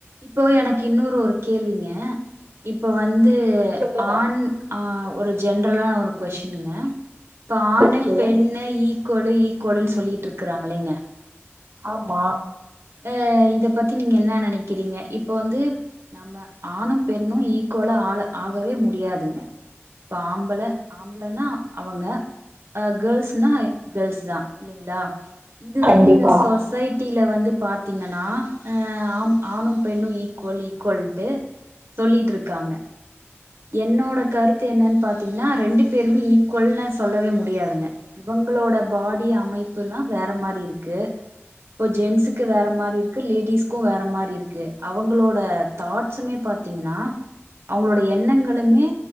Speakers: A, on the right; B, on the right.
A: இப்போ எனக்கு இன்னொரு ஒரு கேள்விங்க இப்போ வந்து
B: சொல்லுங்க
A: ஆண் ஆ ஒரு ஜென்ரலான ஒரு கொஷிடின்ங்க இப்ப ஆணு
B: ஓகே
A: பெண்ணு ஈக்குவலு ஈக்குவலுன்னு சொல்லிகிட்டு இருக்குறாங்களேங்க
B: ஆமா
A: ஏ இத பத்தி நீங்க என்ன நினைக்கிறீங்க இப்ப வந்து நம்ம ஆணு பெண்ணு ஈக்குவலா ஆ ஆகவே முடியாதுங்க இப்ப ஆம்பள ஆம்பளன்னா அவுங்க கேள்ஸ் னா கேள்ஸ் தா இல்லைங்களா இது
B: கண்டிப்பா
A: வந்து இந்த சொசைட்டில வந்து பாத்தீங்கன்னா ஆ ஆம் ஆணு பெண்ணு ஈக்குவல் ஈக்குவல்ட்டு சொல்லிட்டு இருக்காங்க என்னோட கருத்து என்னன்னு பாத்தீங்கன்னா ரெண்டு பேருமே ஈக் கோள்ள சொல்லவே முடியாதுங்க இவங்களோட பாடி அமைப்புல்லா வேற மாரி இருக்கு இப்போ ஜென்ஸ்க்கு வேறு மாரி இருக்குது லேடீஸ்க்கு வேற மாரி இருக்குது அவங்களோட தாட்ஸுமே பாத்தீங்கன்னா அவுங்களுடைய எண்ணங்களுமே